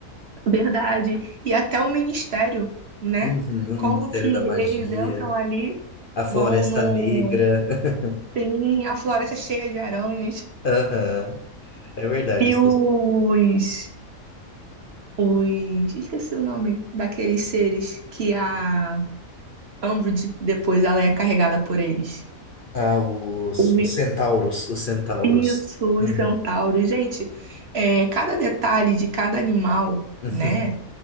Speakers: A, on the right; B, on the left.
A: Verdade. E até o ministério, né?
B: Uhum,
A: Como
B: o Ministério
A: que
B: da Magia,
A: eles entram ali,
B: a Floresta
A: vão no.
B: Negra. <laughs>
A: sim a floresta cheia de aranhas.
B: Aham, é verdade.
A: E
B: isso.
A: os. Os. Esqueci o nome daqueles seres que a Umbridge, depois ela é carregada por eles.
B: Ah, os,
A: Os me-
B: os centauros, os centauros.
A: Isso, os
B: Uhum.
A: centauros. Gente, é, cada detalhe de cada animal,
B: <laughs>
A: né?